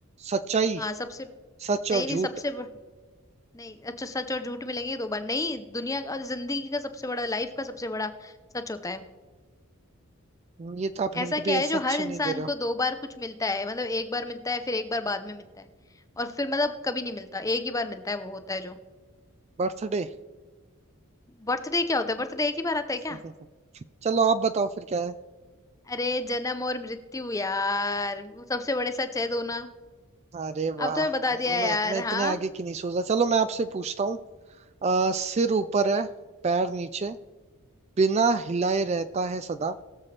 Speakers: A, on the right; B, on the left.
A: सच्चाई
B: हाँ सबसे
A: सच
B: नहीं
A: और झूठ
B: नहीं सबसे ब- नहीं अच्छा सच और झूठ मिलेंगे ये दो बार नहीं दुनिया का और जिंदगी का सबसे बड़ा लाइफ का सबसे बड़ा सच होता है
A: ये तो आप हिंट
B: ऐसा क्या
A: भी
B: है
A: ऐसे
B: जो
A: अच्छे
B: हर इंसान
A: नहीं दे रहे
B: को
A: हो
B: दो बार कुछ मिलता है मतलब एक बार मिलता है फिर एक बार बाद में मिलता है और फिर मतलब कभी नहीं मिलता एक ही बार मिलता है वो होता है जो
A: बर्थडे
B: बर्थडे क्या होता है बर्थडे एक ही बार आता है क्या
A: <laughs> चलो आप बताओ फिर क्या है
B: अरे जन्म और मृत्यु यार वो सबसे बड़े सच है दोनों
A: अरे वाह
B: अब तो मैं बता दिया है
A: मैं
B: यार
A: मैं इतने
B: हाँ
A: आगे की नहीं सोच रहा चलो मैं आपसे पूछता हूँ अ, सिर ऊपर
B: ठीक
A: है
B: है
A: पैर नीचे बिना
B: हम्म
A: हिलाए रहता है सदा